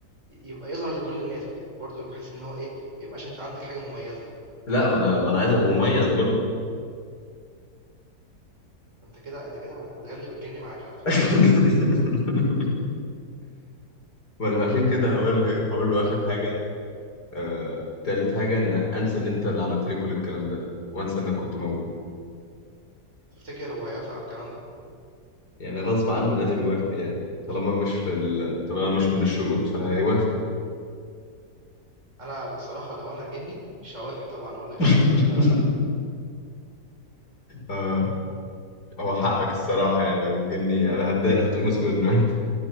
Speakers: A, on the right (about 45°); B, on the left (about 70°).
A: ي- يبقى يظهر لكل الناس برضو بحيث ان هو ايه ما يبقاش انت عندك حاجه مميزه
B: لا ما انا ما انا عايز ابقى مميز برضه
A: انت كده انت كده هت- هتغلب الجني معاك على فكره
B: <laughs> ما انا عشان كده هقول هقول له اخر حاجه آه... تالت حاجه ان انسى ان انت اللي عملت لي كل الكلام ده وانسى انك كنت موجود
A: تفتكر هو هيوافق على الكلام ده
B: يعني غصب عنه لازم يوافق يعني طالما مش في ال... طالما مش من الشروط فهيوافق
A: انا بصراحه لو انا جني مش هوافق طبعا اقول لك
B: <laughs>
A: لا انت كده
B: آه هو حقك الصراحة يعني لو جني أنا هتضايق هتقمص منه